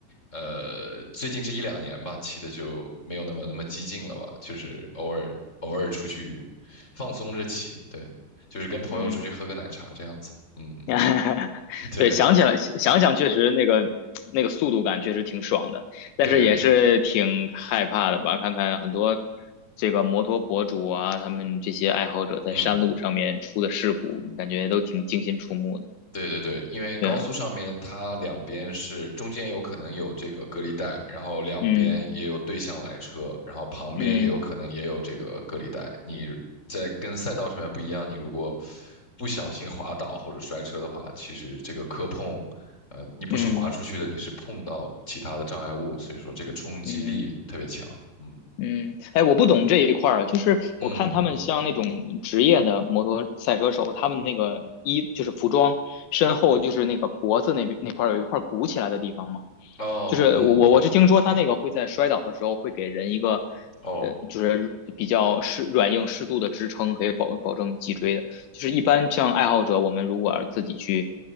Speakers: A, on the left; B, on the left.
A: 呃，最近这一两年吧，骑的就没有那么那么激进了吧，就是偶尔偶尔出去放松着骑，对，就是跟朋友出去喝个奶茶这样子。
B: 嗯
A: 嗯，
B: <laughs>
A: 对
B: 对，想起来想想，确实那个那个速度感确实挺爽的，但是也是挺害怕的吧？
A: 对，
B: 看看很多这个摩托博主啊，他们这些爱好者在山路上面出的事故，
A: 嗯，
B: 感觉都挺惊心触目的。
A: 对对对，因为高速上面它两边是中间有可能有这个隔离带，
B: 对，
A: 然后两边也有对向来车，
B: 嗯
A: 然后旁边也有可能也有这个隔离带。
B: 嗯
A: 你在跟赛道上面不一样，你如果不小心滑倒或者摔车的话，其实这个磕碰，呃，你不是滑出去的，
B: 嗯
A: 你是碰到其他的障碍物，所以说这个冲击力特别强。
B: 嗯
A: 嗯
B: 嗯，哎，我不懂这一块儿啊，就是我看他们像那种职业的摩托赛车手，
A: 嗯
B: 他们那个衣就是服装身后就是那个脖子那边那块儿有一块鼓起来的地方嘛。
A: 哦嗯
B: 就是我我我是听说他那个会在摔倒的时候会给人一个
A: 哦
B: 呃，就是比较适软硬适度的支撑，可以保保证脊椎的。就是一般像爱好者，我们如果要是自己去